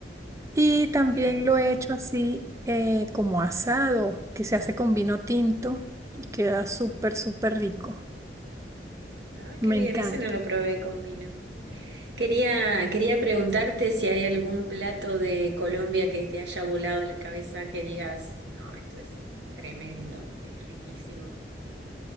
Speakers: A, on the right; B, on the right.
A: Y también
B: Genial.
A: lo he hecho así eh, como asado, que se hace con vino tinto. y Queda súper, súper rico.
B: Ah,
A: Me
B: qué bien,
A: encanta.
B: ese no lo probé con vino. Quería, quería preguntarte si hay algún plato de Colombia que te haya volado la cabeza que digas, no, esto es tremendo, es riquísimo.